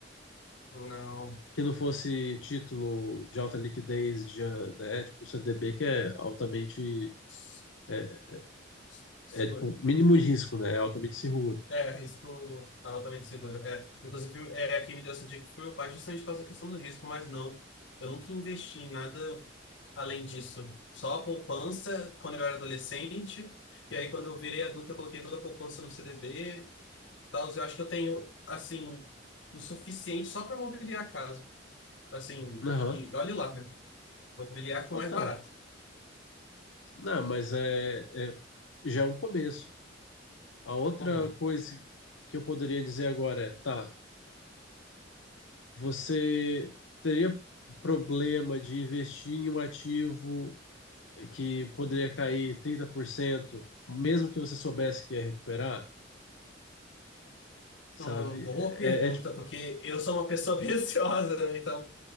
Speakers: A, on the left (about 70°); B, on the left (about 85°).
A: Não.
B: que não fosse título de alta liquidez, de, né, tipo o CDB, que é altamente,
A: S-
B: é,
A: s- Seguro.
B: é, tipo mínimo de risco, né, é altamente seguro.
A: É, risco altamente seguro. É, inclusive, é, quem me deu essa dica foi meu pai, justamente por causa da questão do risco, mas não. Eu nunca investi em nada além disso. Só a poupança quando eu era adolescente. E aí, quando eu virei adulto, eu coloquei toda a poupança no CDB. e Tal, eu acho que eu tenho, assim, o suficiente só para mobiliar a casa. Assim,
B: Aham.
A: e olhe lá, né? Vou com
B: Ah,
A: o mais
B: tá.
A: barato.
B: Não, mas é, é- já é um começo. A outra
A: Uhum.
B: coisa que eu poderia dizer agora é, tá, você teria problema de investir em um ativo que poderia cair 30%, mesmo que você soubesse que ia recuperar, sabe?
A: Hum, boa
B: É,
A: pergunta,
B: é, é tipo,
A: porque eu sou uma pessoa <laughs> bem ansiosa, né? Então,